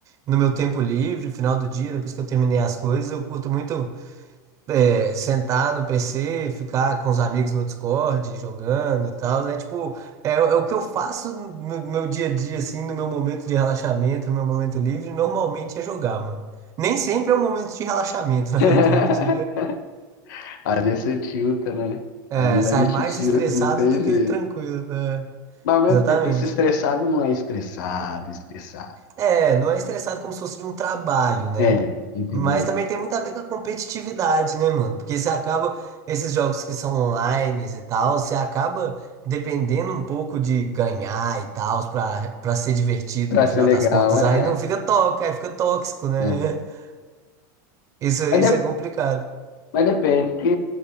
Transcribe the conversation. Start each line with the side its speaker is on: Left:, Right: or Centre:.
Right: no meu tempo livre, final do dia, depois que eu terminei as coisas, eu curto muito é, sentar no PC, ficar com os amigos no Discord, jogando e tal. É tipo, é, é o que eu faço no meu dia a dia, assim, no meu momento de relaxamento, no meu momento livre, normalmente é jogar, mano. Nem sempre é um momento de relaxamento, <laughs> na verdade.
Left: <laughs> Às vezes você tilta, né?
Right: É,
Left: Às vezes
Right: sai
Left: a gente
Right: mais
Left: tilta,
Right: estressado
Left: não tem
Right: do
Left: jeito.
Right: que tranquilo, né?
Left: Mas ao mesmo
Right: Exatamente.
Left: tempo, esse estressado não é estressado, estressado.
Right: É, não é estressado como se fosse de um trabalho, né?
Left: É, entendeu?
Right: Mas também tem muito a ver com a competitividade, né, mano? Porque você acaba, esses jogos que são online e tal, você acaba dependendo um pouco de ganhar e tal, pra, pra ser divertido
Left: Pra
Right: no
Left: ser
Right: final
Left: legal,
Right: das contas.
Left: é.
Right: Aí não fica tóxico, aí fica tóxico, né?
Left: é.
Right: <laughs> Isso,
Left: Mas,
Right: isso
Left: de-
Right: é complicado.
Left: mas depende, porque